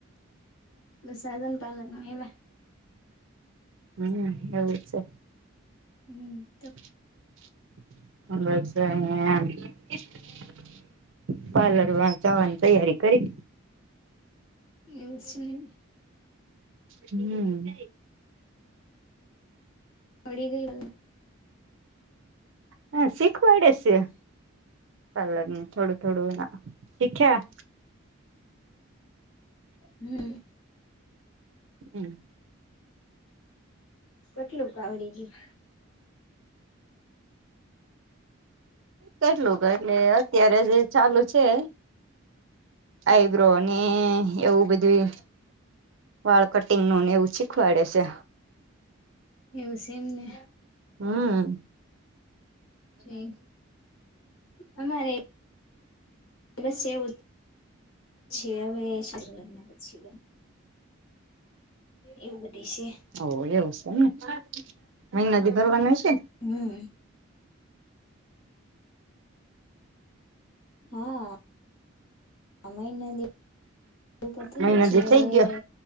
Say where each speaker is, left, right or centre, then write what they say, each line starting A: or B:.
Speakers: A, on the left; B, on the right.
A: બસ હાલન-પાલન એવા
B: હમ્મ, એવું છે.
A: હમ્મ.
B: <unintelligible> પાર્લર વાર જવાની તૈયારી કરી?
A: <unintelligible>
B: હમ્મ.
A: અડી ગઈ વલ
B: હા, શીખવાડે શે. પાર્લરનું થોડું થોડું ના શીખ્યા.
A: હમ્મ.
B: હમ્મ.
A: કેટલુંક આવડી ગ્યું?
B: કેટલું ક એટલે અત્યારે જે ચાલુ છે. આઈબ્રો ને એવું બધું વાળ કટિંગનું ને એવું શીખવાડે છે.
A: એવુંશે એમને
B: હમ્મ
A: પછી અમારે બસ એવું છે હવે લગ્ન પછી બેન, એવું બધીશે
B: હઉ એવુંશે ને મહિનાથી ભરવાના છે
A: હમ્મ હઅઅ આ મહિનાની <unintelligible> થયું
B: મહિનાથી
A: છે
B: થઇ
A: હવે
B: ગયો
A: ને